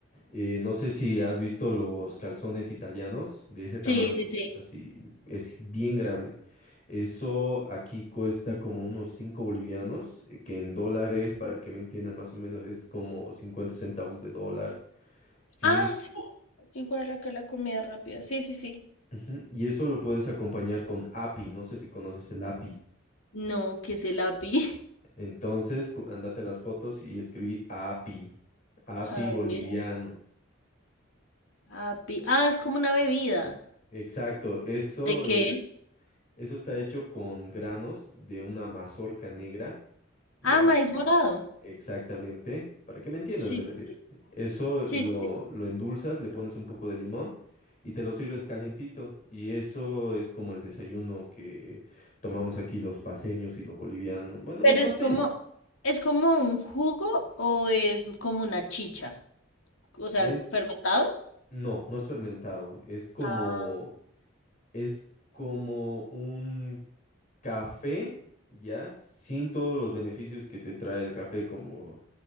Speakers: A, on the left; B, on the left.
A: Eh, no sé si has visto los calzones italianos, de ese tamaño
B: Sí, sí,
A: es
B: sí.
A: así, es bien grande. Eso aquí cuesta como unos 5 bolivianos, eh, que en dólares, para que me entiendas más o menos, es como 50 centavos de dólar. Sí,
B: Ah, sí. Igual acá la comida rápida. Sí, sí, sí.
A: ujú, Y eso lo puedes acompañar con API, no sé si conoces el API.
B: No, ¿qué es el api?
A: Entonces, pu- andate las fotos y escribí API, API
B: <laughs> A
A: boliviano.
B: ver, api. Ah, es como una bebida.
A: Exacto, eso
B: ¿De qué?
A: es Eso está hecho con granos de una mazorca negra, ¿ya?
B: Ah, maíz morado.
A: Exactamente. Para que me entiendas,
B: Sí,
A: me
B: sí,
A: refiero.
B: sí.
A: Eso
B: Sí,
A: lo,
B: sí, sí.
A: lo endulzas, le pones un poco de limón y te lo sirves calientito. Y eso es como el desayuno que tomamos aquí los paceños y los bolivianos. Bueno,
B: Pero
A: los paceños.
B: es como, ¿es como un jugo o es como una chicha? O sea,
A: Es,
B: fermentado.
A: no, no es fermentado. Es como
B: Ah,
A: Es como un café, ¿ya? Sin todos los beneficios que te trae el café, como